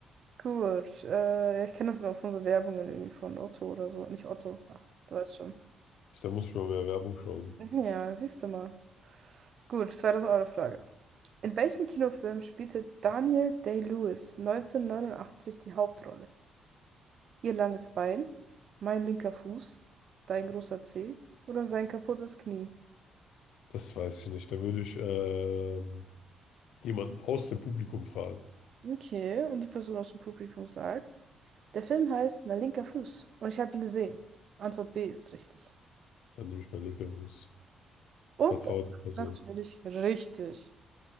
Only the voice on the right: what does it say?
Gut, äh, ja, ich kenne das immer von so Werbungen irgendwie von Otto oder so. Nicht Otto, ach, du weißt schon.
Ja, siehst du mal. Gut, 2000 Euro Frage. In welchem Kinofilm spielte Daniel Day-Lewis 1989 die Hauptrolle? Ihr langes Bein, mein linker Fuß, dein großer Zeh oder sein kaputtes Knie.
Okay, und die Person aus dem Publikum sagt, der Film heißt Mein linker Fuß und ich habe ihn gesehen. Antwort B ist richtig.
Und
das ist
natürlich richtig.